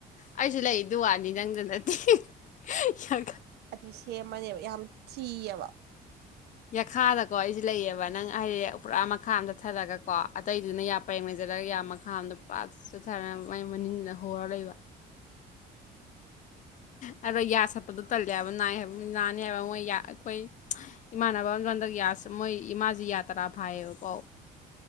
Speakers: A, on the left; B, on the right.
A: ꯑꯩꯁꯨ ꯂꯩ ꯋꯥꯅꯤ ꯅꯪꯗ ꯅꯠꯇꯦ ꯌꯥꯝ
B: ꯑꯗꯨ ꯁꯦꯝꯃꯅꯦꯕ ꯌꯥꯝ ꯆꯤꯑꯕ
A: ꯌꯥꯈꯥꯗꯀꯣ ꯑꯩꯁꯦ ꯂꯩꯑꯕ ꯅꯪ ꯍꯥꯏꯗꯤ ꯄꯨꯔꯥ ꯃꯈꯥ ꯑꯃ ꯆꯠꯊꯔꯒꯀꯣ ꯑꯇꯩꯗꯨꯅ ꯌꯥ ꯄꯩꯡꯉꯩꯖ ꯆꯠꯂꯒ ꯌꯥꯝ ꯃꯈꯥ ꯑꯗ ꯄꯥꯛ ꯆꯠꯊꯔꯒ ꯃꯥꯏ ꯃꯅꯤꯡꯗꯅ ꯍꯔ ꯂꯩꯕ ꯎ ꯑꯗꯣ ꯌꯥ ꯁꯠꯄꯗꯨ ꯇꯜꯂꯦ ꯍꯥꯏꯕ ꯅꯥꯏ ꯍꯥꯏꯕ ꯅꯥꯅꯤ ꯍꯥꯏꯕ ꯃꯣꯏ ꯑꯩꯈꯣꯏ ꯏꯃꯥꯟꯅꯕ ꯑꯃ ꯂꯣꯗ ꯌꯥꯎ ꯑꯁ ꯃꯣꯏ ꯏꯃꯥꯥꯁꯦ ꯌꯥꯇ꯭ꯔꯥ ꯐꯥꯏꯌꯦꯕꯀꯣ